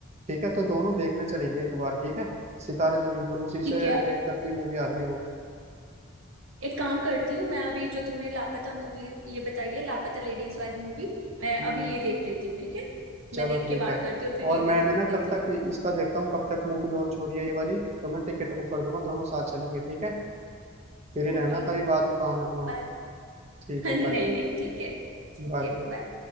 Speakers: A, on the right; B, on the right.
A: ठीक है तो दोनों देखने चलेंगे एक बार ठीक है सितारे जमीन पर उसी से
B: ठीक है
A: रिलेट करती मूवी आ रही है वो
B: एक काम करती हूँ मैं अभी जो तुमने लापता मूवी ये बताई है लापता लेडीज वाली मूवी मैं
A: हम्म,
B: अभी ये देख लेती हूँ ठीक है
A: चलो
B: मैं देख
A: ठीक
B: के बात
A: है
B: करती हूँ और फिर
A: और
B: रिव्यू
A: मैं
B: दे
A: भी ना
B: देती
A: तब
B: हूँ
A: तक इसका देखता हूँ कब तक मूवी लॉन्च हो रही है ये वाली तो मैं टिकट बुक कर दूंगा दोनों साथ चलेंगे ठीक है फिर ही रहना
B: Okay
A: कभी बाद में बहाना बनाओ
B: bye
A: ठीक
B: <laughs>
A: है
B: नहीं
A: बाय
B: नहीं ठीक है Okay
A: बाय
B: bye